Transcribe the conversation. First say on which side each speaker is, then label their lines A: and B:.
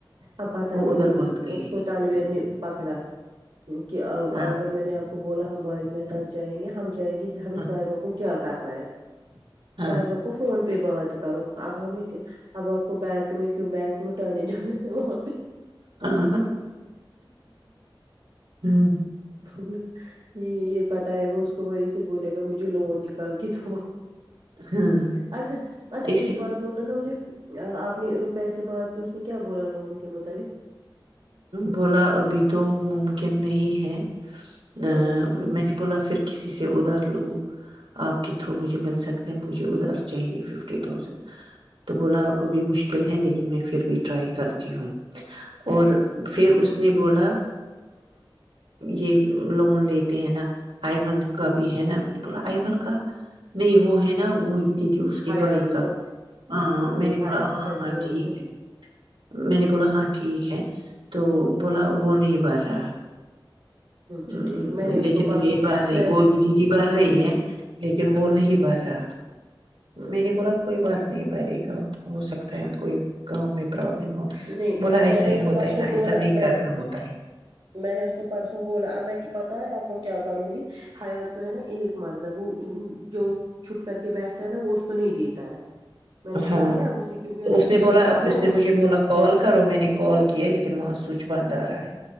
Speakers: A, on the right (about 70°); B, on the right (about 85°).
A: ااتہ
B: وہ
A: نہیں
B: ادھر بات کرے
A: اس کو تانویر نے پکڑا کہ
B: گا ہاں
A: اگر میں نے بولا ہم باغ محتب جائیں گے ہم جاہیں گے ہمیں
B: ہاں
A: سموں کو کیا کر رہے ہیں
B: ہاں
A: سائم کو فون ب باد کرو اب ہو میں اب آپ کو بینک میں کیوں بینک لوٹان نہیں جانا وہاں پہ
B: ہاں ہوں
A: بول یہ یہ پٹائے گا اس کو وہی سے بولے گا مجھے لو نکال کے تو وہ
B: ہاں۔
A: اچھا اچھا
B: اس
A: ایک بات بول نا مجھے آ آپ اپنی روپئے سے بعد ج بولا لوگ ان کے متعلق
B: بولا ابھی تو ممکن نہیں ہے ا
A: ہوں
B: میں نے بولا پھر کسی سے ادار لو آپ کے تھرو مجھے مل سکتا ہے مجھے ادھار چاہیے فف تھازینڈ تو بولا وہ بھی مشکل ہے لیکن میں پھر بھی ٹرائی کرتی ہوں اور
A: اچھا اچھا
B: پھر اس نے بولا یہ لون لیتے ہیں نا آئمنڈ کا بھی ہے نا میں نے بولا آئمنڈ کا نہیں وہ ہے نا وہ تھی اس
A: حیات
B: کے بھائی کا ہاں میں نے
A: حیات
B: بولا ہاں
A: کچبو
B: ہاں ٹھیک
A: اس نے
B: ہے میں نے بولا ہاں ٹھیک ہے تو بولا وہ نہیں بر رہا
A: اچھا
B: ہ
A: ٹھیک میں نے اس
B: لیکن
A: کو پرسوں
B: یہ بھر رہی
A: میں اس
B: گو
A: کو
B: کی دیدی بڑ رہی ہے لیکن وہ نہیں ب رہا میری بولا کوئی بات نہیں پرے گا ہو سکتا ہے کوئی کام میں پرابلم ہو
A: نہیں
B: بولا ایسا
A: میں نے
B: ہی
A: اس
B: ہوتا
A: کو پرسوں
B: ہے نا ایسا
A: بولا
B: نہیں
A: میں
B: کرنا
A: نے
B: ہوتا ہے
A: میں نے اس کو پرسوں بولا اب میں پتاہ ہے آپ کو کیا کروں گی حیات کو ہے نا ایک مرضہ وہ جو چھپ کر کے بیٹھتا ہے نا وہ اس کو نہیں دیتا ہے میں نے
B: ہاں
A: دیکھی نا اب اس کیونک
B: تو اس نے بولا
A: اب میں
B: نے مجھے
A: اس
B: بولا کال کرو میں نے کال کیا لیکن وہاں سوئچ ب بند رہا ہے